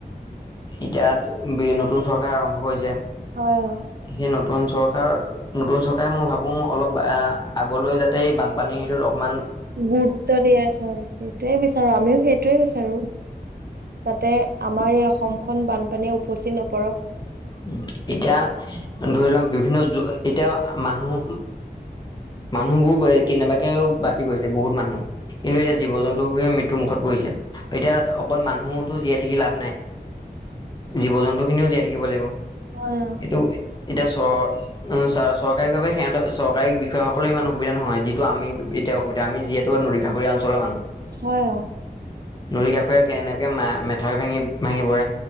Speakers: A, on the left; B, on the right.
A: এতিয়া নতুন চৰকাৰ আৰম্ভ হৈছে
B: হয়
A: সেই নতুন চৰকাৰ নতুন চৰকাৰে মই ভাবোঁ অলপ আগলৈ যাতে বানপানীৰ সেইটোত অকণমান
B: গুৰুত্ব দিয়া হয় সেইটোয়ে বিচাৰো আমিও সেইটোয়ে বিচাৰো যাতে আমাৰ এই অসমখন বানপানীয়ে উপচি নপৰক
A: উ এতিয়া ধৰি লোৱা বিভিন্ন জএতিয়া মানুহ মানুহবোৰ কেনেবাকে বাচি গৈছে বহুত মানুহ কিন্ত এতিয়া জীৱ জন্তু সু সুৰে মৃত্যু টো মুখত পৰিছে। এতিয়া অকল মানুহ জীয়াই থাকি লাভ নাই, জীৱ জন্তু খিনিও জীয়াই থাকিব লাগিব।
B: হয়
A: এইটো এতিয়া চ চ চৰকাৰী ভাৱে সিহঁতৰ চৰকাৰী বিষয়াসকললে ইমান অসুবিধা নহয় যিহটো আমি এতিয়া অসুবিধা আমি যিহেতু নদীকাষুৰীয়া অঞ্চলৰ মানুহ।
B: হয় অঁ।
A: নদী কাষৰে এনেকে মা মেঠাই ভাঙি ভাঙি পৰে